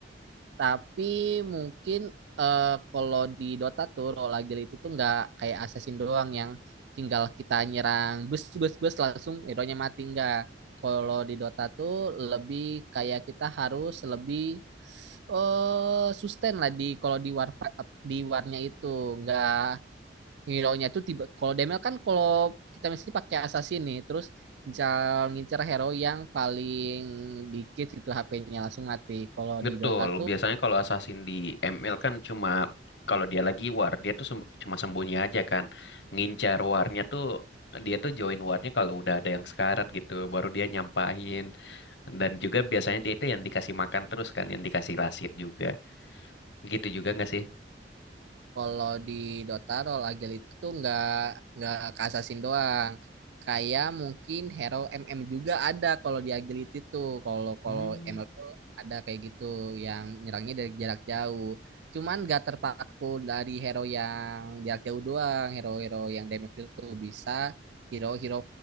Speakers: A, on the right (about 70°); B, on the left (about 75°).
A: Tapi mungkin eh, kalau di Dota tuh role agile itu tuh nggak kayak assassin doang yang tinggal kita nyerang bus bus bus langsung hero-nya mati nggak. Kalau di Dota tuh lebih kayak kita harus lebih eh uh, sustain lah di kalau di war di warnya itu nggak hero-nya itu tiba kalau DML kan kalau kita misalnya pakai assassin nih terus ngincar ngincar hero yang paling dikit gitu HP-nya langsung mati. Kalau
B: Betul,
A: di Dota tuh
B: biasanya kalau assassin di ML kan cuma kalau dia lagi war, dia tuh sem- cuma sembunyi aja kan. Ngincar warnya tuh dia tuh join warnya kalau udah ada yang sekarat gitu, baru dia nyampahin. Dan juga biasanya dia itu yang dikasih makan terus kan, yang dikasih lasit juga. Gitu juga nggak sih?
A: kalau di Dota role agile itu tuh nggak nggak ke assassin doang. Kayak mungkin hero MM juga ada kalau di agility tuh. Kalau kalau
B: Hmm,
A: ML tuh ada kayak gitu yang nyerangnya dari jarak jauh. Cuman nggak terpaku dari hero yang jarak jauh doang. Hero-hero yang damage itu bisa hero-hero